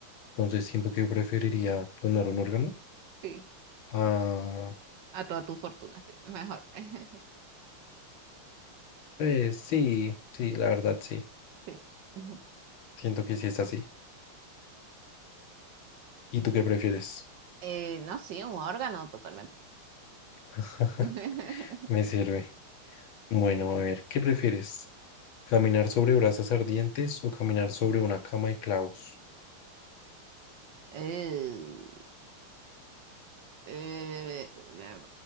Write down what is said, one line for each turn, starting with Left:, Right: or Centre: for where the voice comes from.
Left: Entonces siento que preferiría donar un órgano.
Right: Sí,
Left: Ah,
Right: a toda tu fortuna, sí, mejor. <laughs>
Left: pues sí, sí, la verdad sí.
Right: Sí. Ujú.
Left: Siento que sí es así. ¿Y tú qué prefieres?
Right: Eh, no, sí, un órgano totalmente.
Left: <laughs>
Right: <laughs>
Left: Me sirve. Bueno, a ver, ¿qué prefieres? ¿Caminar sobre brasas ardientes o caminar sobre una cama de clavos?
Right: Eh, eh, eh, eh,